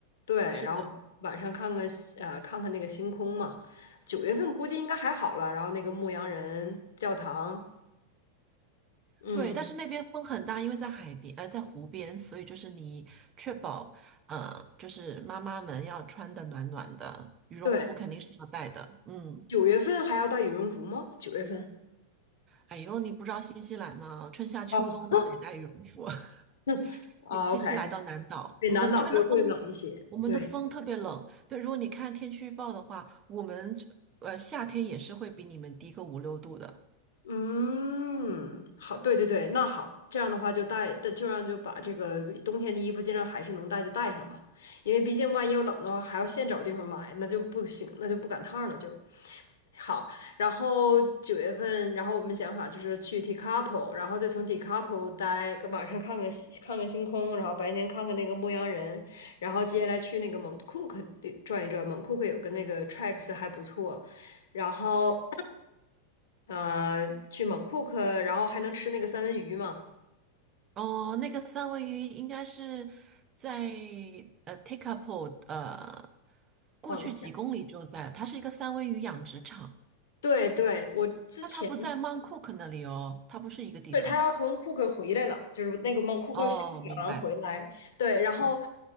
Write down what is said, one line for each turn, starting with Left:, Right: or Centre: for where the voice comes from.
Left: 对，
Right: 是的。
Left: 然后晚上看看西呃看看那个星空嘛。九月份估计应该还好了，然后那个牧羊人教堂，嗯，
Right: 对，但是那边风很大，因为在海边，呃，在湖边，所以就是你确保，呃，就是妈妈们要穿的暖暖的，羽绒服肯定是要带的。
Left: 对，
Right: 嗯，
Left: 九月份还要带羽绒服吗？九月份
Right: 哎呦，你不知道新西兰吗？春夏秋冬都得带羽绒服，
Left: 哦，
Right: <laughs>
Left: <laughs> 啊，OK，
Right: 尤其是来到南岛，
Left: 对，
Right: 嗯我们这边的风，
Left: 南岛就会冷一些，
Right: 我们的风特别冷。
Left: 对，
Right: 对，如果你看天气预报的话，我们呃夏天也是会比你们低个五六度的。
Left: 嗯，好，对对对，那好，这样的话就带，就让就把这个冬天的衣服尽量还是能带就带上嘛，因为毕竟万一要冷的话，还要现找地方买，那就不行，那就不赶趟儿了就。好，然后九月份，然后我们想法就是去 Tekapo，然后再从 Tekapo 待，晚上看看星看看星空，然后白天看看那个牧羊人，然后接下来去那个蒙库克转一转，蒙库克有个那个 tracks 还不错，然后呃去蒙库克，然后还能吃那个三文鱼嘛，
Right: 哦，那个三文鱼应该是在呃 t a k e a p o 呃过去几公里就在，
Left: 往下，
Right: 它是一个三文鱼养殖场。
Left: 对对，我之前。
Right: 那它不在 Mount Cook 那里哦，它不是一个地方。
Left: 对，他要从库克回来了，就是那个蒙库克先选完回来。
Right: 哦，明白。
Left: 对，然后
Right: 嗯，